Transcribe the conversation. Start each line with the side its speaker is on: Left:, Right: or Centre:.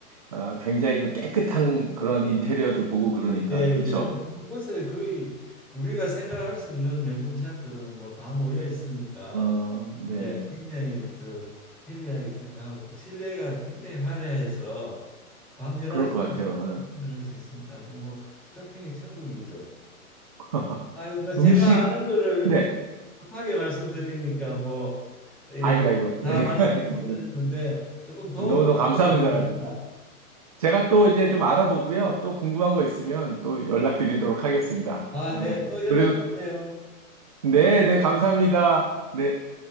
Right: 아, 굉장히 좀 깨끗한 그런 인테리어들 보고 그러니까.
Centre: 예예
Right: 그렇죠?
Centre: 뭐한 곳에 거의 우리가 생각할 수 있는 명품 샵들은 뭐 다 모여 있으니까
Right: 어, 네.
Centre: 예 굉장히 저 편리하게 생각하고 또 실내가 굉장히 화려해서 밤 11시까지
Right: 그럴 것 같아요.
Centre: 쇼핑을 할 수 있으니까 아주 뭐 쇼핑의 천국이죠.
Right: <laughs>
Centre: 아유 뭐 제가
Right: 음식,
Centre: 아는 거를
Right: 네.
Centre: 급하게 말씀드리니까 뭐 이렇게
Right: 아이고, 아이고. <laughs>
Centre: 다 말씀을 못 드렸는데 조금 도움이
Right: 너무너무 감사합니다.
Centre: 되기를 바랍니다.
Right: 제가 또 이제 좀 알아보고요. 또 궁금한 거 있으면 또 연락드리도록 하겠습니다.
Centre: 아,
Right: 아유.
Centre: 네. 또 연락
Right: 그래도,
Centre: 주세요.
Right: 네, 네, 감사합니다. 네.